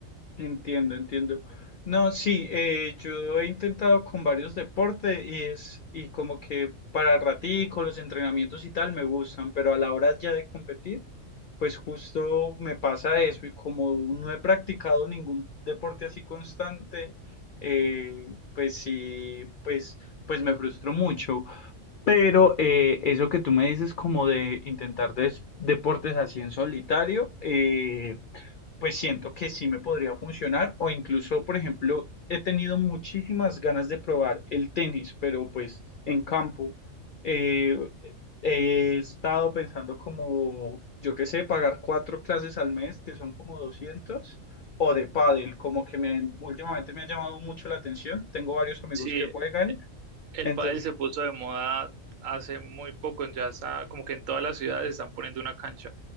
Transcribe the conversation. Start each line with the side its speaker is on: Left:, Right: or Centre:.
Left: Entiendo, entiendo. No, sí, eh, yo he intentado con varios deportes y es, y como que para el ratico, los entrenamientos y tal me gustan, pero a la hora ya de competir, pues justo me pasa eso y como no he practicado ningún deporte así constante, eh, pues sí, pues, pues me frustro mucho. Pero eh, eso que tú me dices como de intentar des- deportes así en solitario, eh, pues siento que sí me podría funcionar o incluso, por ejemplo, he tenido muchísimas ganas de probar el tenis, pero pues en campo eh, he estado pensando como, yo qué sé, pagar cuatro clases al mes, que son como 200 o de pádel, como que me, últimamente me ha llamado mucho la atención. Tengo varios amigos
Right: Sí,
Left: que juegan,
Right: El
Left: entonces,
Right: pádel se puso de moda hace muy poco, ya está, como que en todas las ciudades están poniendo una cancha,